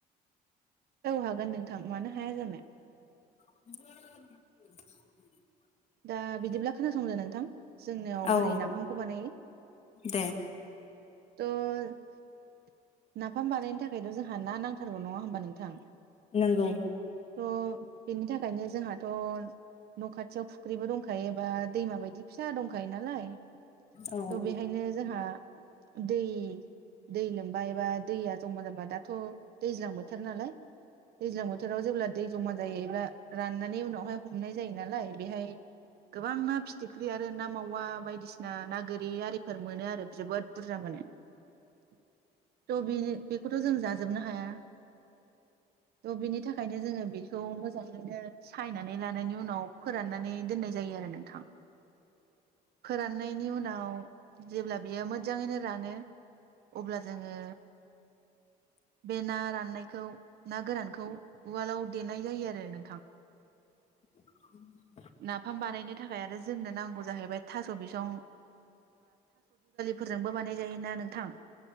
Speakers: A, on the right; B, on the left.
A: औ हागोन नोंथां मानो हाया जानो
B: <unintelligible>
A: दा बिदिब्ला खोनासंदो नोंथां जोंनियाव
B: ओ औ
A: बोरै नाफामखौ बानायो
B: दे
A: द' नाफाम बानायनो थाखायथ' जों हा ना नांथागौ नङा होमबा नोंथां
B: नोंगौ
A: थ' बेनि थाखायनो जोंहाथ' न' खाथियाव दंखायोबा दैमा बायदि फिसा दंखायो नालाय थ'
B: औ
A: बेहायनो जोंहा दै दै लोमबा एबा दैया जमा जाबा दाथ' दैज्लां बोथोर नालाय दैज्लां बोथोराव जेब्ला दै जमा जायोब्ला एबा राननानै उनावहाय हमनाय जायो नालाय बेहाय गोबां ना फिथिख्रि आरो ना मावा बायदिसिना ना गोरि आरिफोर मोनो आरो जोबोद बुरजा मोनो थ' बेनो बेखौथ' जों जाजोबनो हाया थ' बिनि थाखायनो जोङो बे थ' मोजाङैनो सायनानै लानायनि उनाव फोराननानै दोननाय जायो आरो नोंथां फोराननायनि उनाव जेब्ला बियो मोजाङैनो रानो अब्ला जोङो बे ना राननायखौ ना गोरानखौ उवालाव देनाय जायो आरो नोंथां
B: <inaudible>
A: नाफाम बानायनो थाखाय आरो जोंनो नांगौ जाहैबाय थास' बिसं फोरजोंबो बानाय जायोना नोंथां